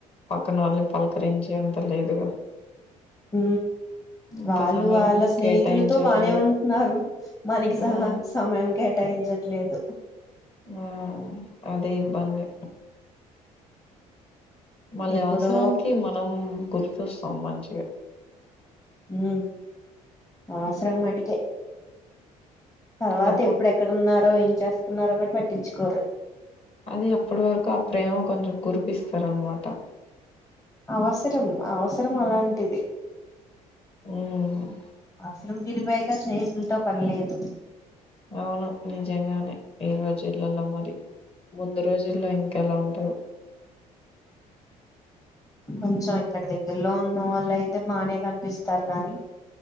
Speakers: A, on the left (about 35°); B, on the left (about 20°).
A: పక్కన వాళ్ళని పలకరించే అంత లేదుగా
B: హ
A: ఇంత
B: వాళ్ళు
A: సమయం
B: వాళ్ళ స్నేహితులతో
A: కేటాయించట్లేదు
B: బానే ఉంటున్నారు మనకి సహా
A: ఉమ్
B: సమయం కేటాయించ ట్లేదు
A: ఆ అదే ఇబ్బంది మళ్ళీ
B: ఎప్పుడో
A: అవసరానికి మనం గుర్తొస్తాం మంచిగా
B: ఉ ఆవసరా
A: ఉమ్
B: మాటికే తర్వాత
A: ఇంగప్పుడు
B: ఇప్పుడుెక్కడున్నారో ఏం చేస్తున్నారో కూడా పట్టించుకోరు
A: అది అప్పటి వరకు ఆ ప్రేమ కొంచెం కురిపిస్తారన్నమాట
B: అవసరం అవసరం అలాంటిది
A: ఉమ్
B: అవసరం తిరిపోయాక స్నేహితులతో పనిలేదు
A: అవును నిజంగానే ఈ రోజులలో మరి ముందు రోజుల్లో ఇంకా ఎలా ఉంటరు
B: కొంచెం
A: ఉమ్,
B: ఇక్కడ దగ్గరలోన్ న్నో వాళ్ళయితే బానే కనిపిస్తారు గానీ